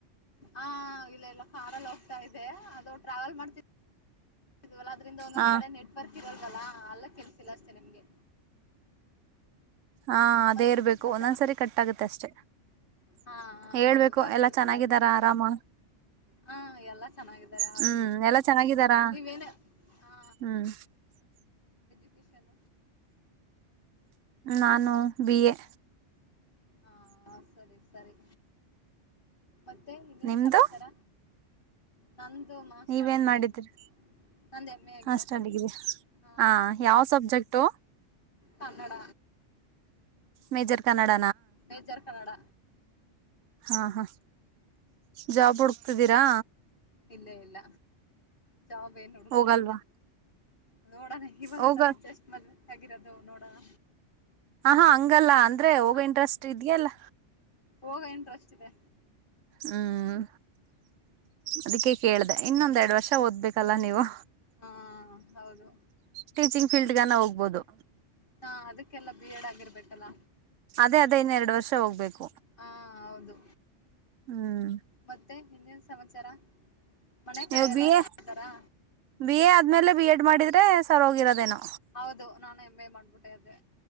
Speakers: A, on the left; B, on the right.
A: ಹಾ ಇಲ್ಲ ಇಲ್ಲ ಕಾರಲ್ಲಿ ಹೋಗ್ತಾ ಇದೆ ಅದು ಟ್ರಾವೆಲ್ ಮಾಡ್ತಿ ಇಲ್ಲ ಅದ್ರಿಂದ ಒನ್ನೊಂದ್
B: ಹ
A: ಕಡೆ ನೆಟ್ವರ್ಕ್ ಇರಲ್ವಲ್ಲ. ಹಾ ಅಲ್ಲ ಕೆಳ್ಸಿಲ್ಲ ಅಷ್ಟೇ ನಿಮ್ಗೆ.
B: ಹಾ ಅದೇ
A: ಮತ್ತ
B: ಇರ್ಬೇಕು
A: ಇನ್ನೇನ್ ಸಮಾಚಾರ
B: ಒಂದೊಂದ್ಸರಿ ಕಟ್ ಆಗತ್ತೆ ಅಷ್ಟೆ
A: ಹಾ ಹಾ
B: ಹೇಳ್ಬೇಕು
A: ಹೌದು ಇವಾಗ
B: ಎಲ್ಲಾ
A: ಕೇಳಿಸ್ತಾ
B: ಚೆನ್ನಾಗಿದ್ದಾರಾ
A: ಇದೆ
B: ಆರಾಮ
A: ಹಾ ಎಲ್ಲಾ ಚೆನ್ನಾಗಿದ್ದಾರೆ ಆರಾಮು
B: ಹ್ಮ್ ಎಲ್ಲಾ ಚೆನ್ನಾಗಿದ್ದಾರಾ
A: ನೀವೇನ ಹಾ
B: ಹ್ಮ್.
A: ವಿಶಾಲ್
B: ನಾನು ಬಿ ಎ
A: ಹಾ ಸರಿ ಸರಿ ಮತ್ತೆ ಇನ್ನೇನ್
B: ನಿಮ್ದು
A: ಸಮಾಚಾರ ನಂದು ಮಾಸ್ಟರ್
B: ನೀವೇನ್
A: ಡಿಗ್ರಿ
B: ಮಾಡಿದ್ರಿ
A: ಆಗಿದೆ ನಂದು ಎಮ್ ಎ ಆಗಿದೆ
B: ಅಷ್ಟ ಅಲ್ಲಿಗ
A: ಹಾ
B: ಹ ಯಾವ subject
A: Kannada
B: major Kannada
A: major Kannada
B: ಹಾ ಹಾ ಜಾಬ್ ಹುಡುಕ್ತಿದ್ದೀರಾ
A: ಇಲ್ಲ ಇಲ್ಲ ಜಾಬ್ಬೇನು ಹುಡುಕ್ತಾ
B: ಹೋಗಲ್ವಾ
A: ಇಲ್ಲ ನೋಡಣ ಇವಾಗ
B: ಹೋಗ
A: ತಾನೆ ಜಸ್ಟ್ ಮದುವೆ ಆಗಿರೋದು ನೋಡೋಣ
B: ಹ ಹಾ ಹಂಗಲ್ಲ ಅಂದ್ರೆ ಹೋಗ
A: ಹ
B: ಇಂಟ್ರೆಸ್ಟ್ ಇದ್ಯಲ್ಲ
A: ಹೋಗ ಇಂಟ್ರೆಸ್ಟ್ ಇದೆ
B: ಹ್ಮ್ ಅದಕ್ಕೆ ಕೇಳ್ದ ಇನ್ನೊಂದೆರಡು ವರ್ಷ ಓದ್ಬೇಕಲ್ಲ ನೀವು
A: ಹಾ ಹೌದು
B: ಟೀಚಿಂಗ್ ಫೀಲ್ಡ್ಗಾನ ಹೋಗ್ಬೋದು
A: ಹಾ ಅದಕ್ಕೆಲ್ಲಾ ಬಿ ಎಡ್ ಆಗಿರರ್ಬೇಕಲ್ಲ
B: ಅದೇ ಅದೇ ಇನ್ನೆರಡು ವರ್ಷ ಹೋಗ್ಬೇಕು
A: ಹಾ ಹೌದು
B: ಹ್ಮ್
A: ಮತ್ತೆ ಇನ್ನೇನ್ ಸಮಾಚಾರ ಮನೆ
B: ನೀವು
A: ಕಡೆ ಎಲ್ಲ
B: ಬಿ
A: ಚೆನ್ನಾಗಿದ್ದಾರಾ
B: ಎ ಬಿ ಎ ಆದ್ಮೇಲೆ ಬಿ ಎಡ್ ಮಾಡಿದ ಸರೋಗಿರದೇನ
A: ಹೌದು ನಾನು ಎಮ್ ಎ ಮಾಡ್ಬಿಟ್ಟೆ ಅದೆ